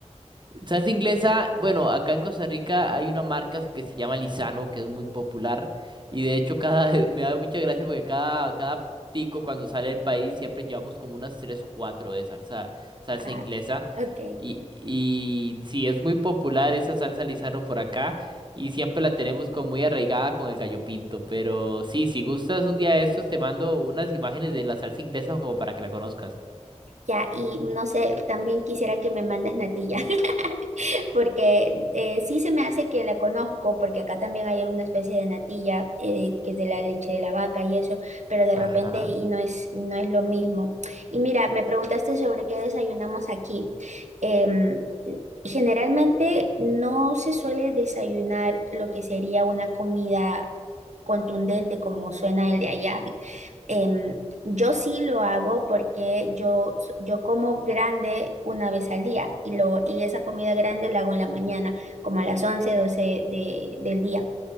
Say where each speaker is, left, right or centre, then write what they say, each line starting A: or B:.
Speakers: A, on the right; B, on the right.
A: Salsa inglesa, bueno, acá en Costa Rica hay una marca que se llama Lizano, que es muy popular. Y de hecho, cada <laughs> me da mucha gracia porque cada, cada tico cuando sale del país siempre llevamos como unas tres o cuatro de salsa, salsa
B: Ah,
A: inglesa.
B: ok.
A: Y, y sí, es muy popular esa salsa Lizano por acá. Y siempre la tenemos como muy arraigada con el gallo pinto. Pero sí, si gustas un día de estos, te mando unas imágenes de la salsa inglesa como para que la conozcas.
B: Ya, y no sé, también quisiera que me mandes natilla, <laughs> porque eh, sí se me hace que la conozco, porque acá también hay alguna especie de natilla eh, que es de la leche de la vaca y eso, pero de
A: Ajá.
B: repente y no es, no es lo mismo. Y mira, me preguntaste sobre qué desayunamos aquí. Em, generalmente no se suele desayunar lo que sería una comida contundente como suena el de allá. <laughs> Em, yo sí lo hago porque yo, s- yo como grande una vez al día y, lo, y esa comida grande la hago en la mañana, como a las 11 12 de, del día.